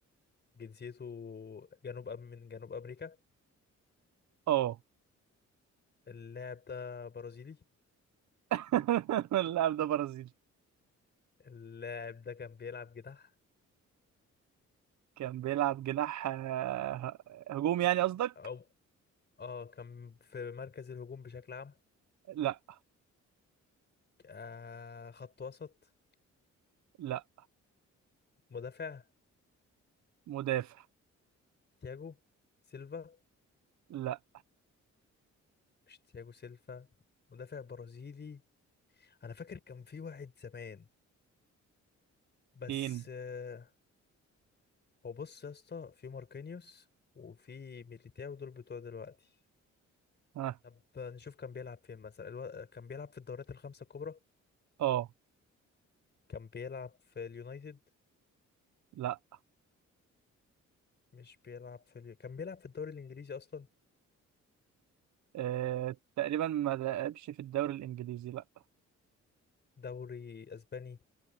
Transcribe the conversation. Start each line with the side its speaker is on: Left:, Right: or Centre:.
Left: جنسيته جنوب أم من جنوب أمريكا
Right: اه
Left: اللاعب ده برازيلي
Right: <laughs> اللاعب ده برازيلي
Left: اللاعب ده كان بيلعب جناح
Right: كان بيلعب جناح آه، هجوم يعني قصدك
Left: أو اه كان في مركز الهجوم بشكل عام
Right: لا
Left: آه خط وسط
Right: لا
Left: مدافع
Right: مدافع
Left: تياجو سيلفا
Right: لا
Left: مش تياجو سيلفا مدافع برازيلي أنا فاكر كان في واحد زمان بس
Right: مين
Left: آه هو بص يا اسطى في ماركينيوس وفي ميليتاو دول بتوع دلوقتي
Right: ها
Left: طب نشوف كان بيلعب فين مثلا الو... كان بيلعب في الدوريات الخمسة الكبرى
Right: اه
Left: كان بيلعب في اليونايتد
Right: لا
Left: مش بيلعب في اليو... كان بيلعب في الدوري الانجليزي اصلا
Right: آه. تقريبا ما لعبش في الدوري الانجليزي لا
Left: دوري اسباني